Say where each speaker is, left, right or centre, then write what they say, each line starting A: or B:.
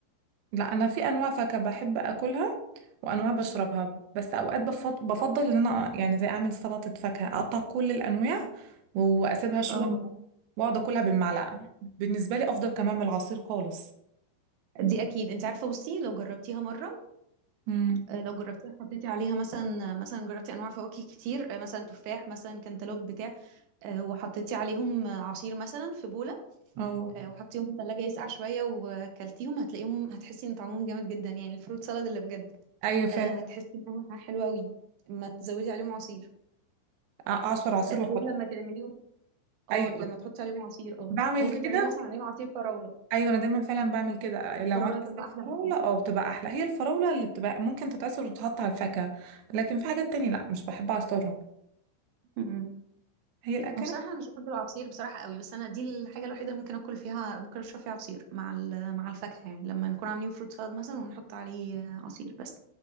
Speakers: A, on the right; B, on the right.
A: لا أنا في أنواع فاكهة بحب أكلها وأنواع بشربها بس أوقات بفض- بفضل إن أنا يعني زي أعمل سلطة فاكهة أقطع كل الأنواع وأسيبها شوية
B: اه
A: وأقعد أكلها بالمعلقة بالنسبة لي أفضل كمان من العصير خالص
B: دي اكيد انت عارفه بصي لو جربتيها مره
A: امم
B: آه، لو جربتيها حطيتي عليها مثلا آه، مثلا جربتي انواع فواكه كتير آه، مثلا تفاح مثلا كانتالوب بتاع آه، وحطيتي عليهم آه، عصير مثلا في بوله
A: أو
B: آه، وحطيهم في الثلاجة يسقع شوية وكلتيهم هتلاقيهم هتحسي ان طعمهم جامد جدا يعني الفروت سالاد اللي بجد
A: أيوة فعلا
B: آه، هتحسي انها حلوة قوي اما تزودي عليهم عصير
A: أ- أعصر عصير
B: آه،
A: وأحط
B: غير لما تعمليهم اه
A: أيوة
B: لما تحطي عليهم عصير اه
A: بعمل
B: يعني ممكن
A: كده
B: تعملي مثلا عليهم عصير فراولة
A: أيوة أنا دايما فعلا بعمل كده لو
B: فراولة
A: عندي
B: تبقى
A: عصير
B: احلى
A: فراولة
B: بكتير
A: أه بتبقى أحلى هي الفراولة اللي بتبقى ممكن تتعصر وتتحط على الفاكهة لكن في حاجات تانية لأ مش بحب أعصرها
B: امم
A: هي الأكلات
B: أنا بصراحة أنا مش بحب العصير بصراحة قوي بس أنا دي الحاجة الوحيدة اللي ممكن أكل فيها ممكن أشرب فيها عصير مع ال- مع الفاكهة يعني لما نكون عاملين فروت سالاد مثلا ونحط عليه آه، عصير بس